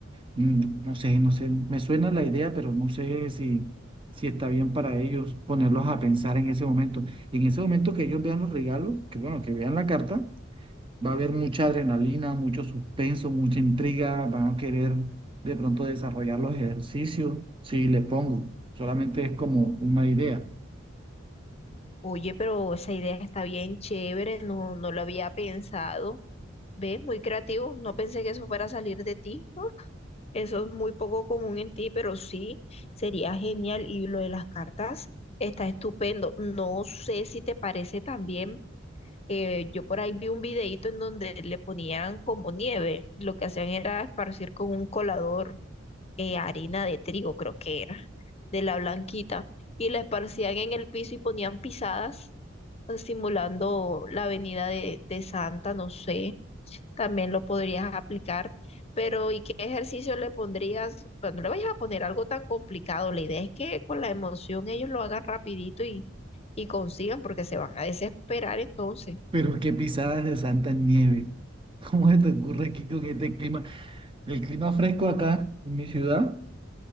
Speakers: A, on the right; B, on the left.
A: Mm, No sé, no sé, me suena la idea, pero no sé si, si está bien para ellos ponerlos a pensar en ese momento. En ese momento que ellos vean los regalos, que bueno, que vean la carta, va a haber mucha adrenalina, mucho suspenso, mucha intriga, van a querer de pronto desarrollar los ejercicios, si le pongo, solamente es como una idea.
B: Oye, pero esa idea está bien chévere, no, no lo había pensado. ¿Ves? Muy creativo. No pensé que eso fuera a salir de ti. Eso es muy poco común en ti, pero sí, sería genial. Y lo de las cartas está estupendo. No sé si te parece también, eh, yo por ahí vi un videíto en donde le ponían como nieve. Lo que hacían era esparcir con un colador eh, harina de trigo, creo que era, de la blanquita, y la esparcían en el piso y ponían pisadas eh, simulando la avenida de, de Santa, no sé también lo podrías aplicar. Pero, ¿y qué ejercicio le pondrías? Pues no le vayas a poner algo tan complicado. La idea es que con la emoción ellos lo hagan rapidito y, y consigan, porque se van a desesperar entonces.
A: Pero qué pisadas de santa nieve. <laughs> ¿Cómo se te ocurre aquí con este clima? El clima fresco acá en mi ciudad.